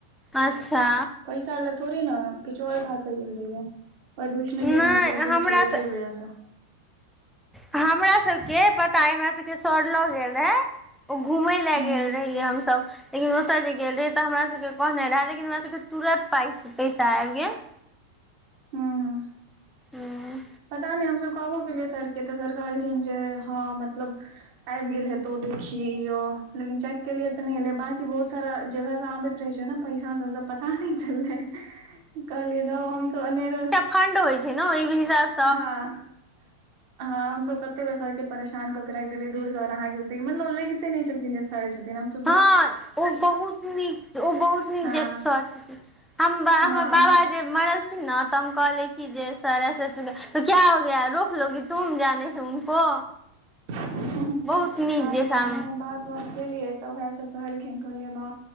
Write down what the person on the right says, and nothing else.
पैसा ले थोड़े न किछु और काज स गेल रहिये। एडमिशने के
कोनो प्रोसेस
छलै तै
वजह से
हूं
हूँ।
पता नहि हमसभ कहबो केलियै सरके तऽ सर कहलखिन जे हँ मतलब आबि गेल हेतो देखियौ ओ लेकिन चेक केलिये तऽ नहि एले, बाकी बहुत सारा जगह स आबैत रहे छै ने। पइसा सब दऽ पता नहि चललै कहलियै धौ हमसभ अनेरो
हँ। हँ हमसब कते बेर सर के परेशान कऽ के राखि देलै हां हम सब कते बेर सर के परेशान क के राखि देलियै धुर जौ सर अहाँके, ओते मतलब लगिते नहि छलखिन जे सरे छथिन हं। <unintelligible>
हँ
हँ
हँ
त ओ एनाहे बात। गप केलियै तऽ उएह सभ सब कहलखिन कहलियै बाह